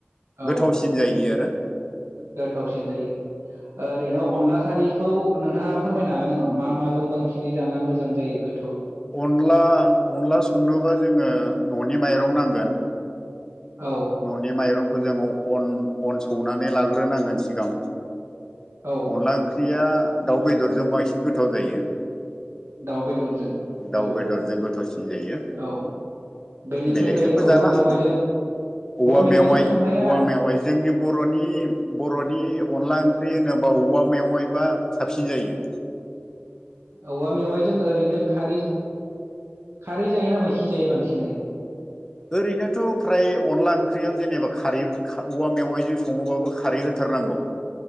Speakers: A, on the right; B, on the left.
A: औ
B: गोथावसिन जायो आरो
A: गोथावसिन जायो ओरैनो अनला खा खारिखौ नोंथाङा फोरमायनो हागोन नामा मा माजों बांसिनै जाना मोजां जायो गोथ
B: अनला अनला संनोबा जोङो ननि माइरं नांगोन।
A: औ
B: ननि माइरंखौ जोङो अन अन सौनानै लाग्रोनांगोन सिगां
A: औ
B: अनला ओंख्रिया दाउ बेदरजों बांसिन गोथाव जायो
A: दाउ बेदरजों
B: दाउ
A: औ
B: बेदरजों गोथावसिन जायो
A: औ बेनिफ्राय
B: बेलेगजोंबो
A: बे औवा
B: जानो
A: मेवाइजों
B: हागोन औवा
A: मेवाइजों
B: मेवाइ
A: संनाया
B: औवा मेवाइ जोंनि बरनि बरनि अनला ओंख्रि होनोबा औवा मेवायबा साबसिन जायो
A: औवा मेवाइजों ओरैनो खारै खारै जायोना मैखि जायो बांसिनै
B: ओरैनोथ फ्राय अनला ओंख्रियाव जेनेबा खारै औवा मेवाइजों सङोबाबो खारै होथार होथारनांगौ